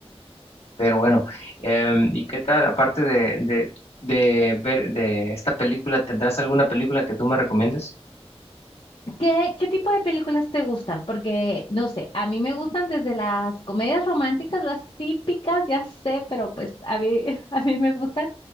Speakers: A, on the left; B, on the left.
A: Pero bueno, em, ¿y qué tal? Aparte de, de, de ver de esta película, ¿tendrás alguna película que tú me recomiendes?
B: ¿Qué, qué tipo de películas te gustan? Porque, no sé, a mí me gustan desde las comedias románticas, las típicas, ya sé, pero pues a mí, <laughs> a mí me gustan,